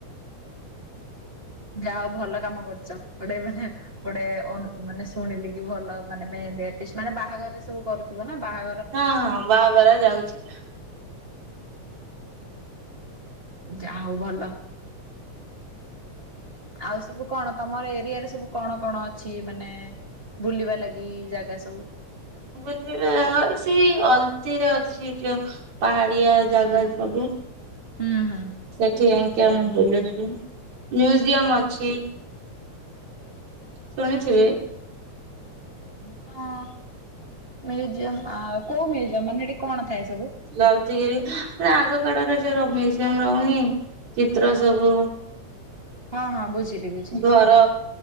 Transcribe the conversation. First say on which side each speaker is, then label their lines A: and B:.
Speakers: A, on the right (about 40°); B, on the right (about 70°).
A: ଯାହା ହଉ ଭଲ କାମ କରୁଛ। ଗୋଟେ ମାନେ ଗୋଟେ ଅ ମାନେ ଶୁଣିଲି କି ଭଲ ମାନେ ମେହେନ୍ଦି ଆର୍ଟିଷ୍ଟ, ମାନେ ବାହାଘରରେ ସବୁ କରୁଥିବ ନା ବାହା
B: ହଁ ହଁ ବାହାଘର ଯାଉଛି।
A: ଯାହା ହଉ ଭଲ। ଆଉ ସବୁ କଣ ତମର ଏରିଆରେ ସବୁ କଣ କଣ ଅଛି? ମାନେ ବୁଲିବା ଲାଗି ଜାଗା ସବୁ।
B: ବୁଲିବା ସେଇ ଅଳତି ରେ ଅଛି, ଯୋ ପାହାଡ଼ିଆ ଜାଗା ସବୁ।
A: ହୁଁ ହୁଁ
B: ସେଠି କାଇ ଆମେ ବୁଲୁଛୁ ମିୟୁଜିଅମ୍ ଅଛି ଶୁଣିଥିବେ
A: ହଁ ମିୟୁଜିଅମ୍ ଆ କୋଉ ମିୟୁଜିୟମ୍ ମାନେ ସେଟି କଣ ଥାଏ ସବୁ
B: ଲଲିତଗିରି ମାନେ ଆଗ କାଳରେ ଯୋଉଗୁରା ମିୟୁଜିଅମ୍ ରହୁନି ଚିତ୍ର ସବୁ
A: ହଁ ହଁ ବୁଝିଲି ବୁଝିଲି
B: ଘର